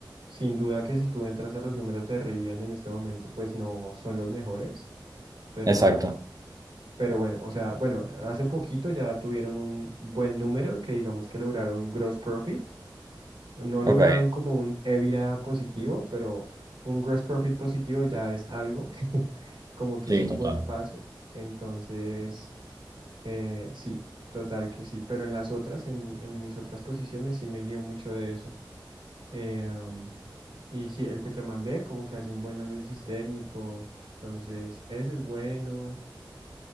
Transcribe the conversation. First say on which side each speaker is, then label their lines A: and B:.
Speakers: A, on the right; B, on the right.
A: sin duda que si tú entras a los números de Rivian en este momento, pues no son los mejores pero
B: Exacto.
A: Pero bueno, o sea, bueno, hace poquito ya tuvieron un buen número que digamos que lograron gross profit. No
B: Ok.
A: lograron como un EBITDA positivo, pero un gross profit positivo ya es algo, <laughs> como que
B: Sí,
A: es un
B: total.
A: buen paso. Entonces, eh, sí, total que sí. Pero en las otras, en, en mis otras posiciones, sí me guío mucho de eso. Eh, am, y sí, el que te mandé, como que hace un buen análisis técnico. Entonces, ese es bueno.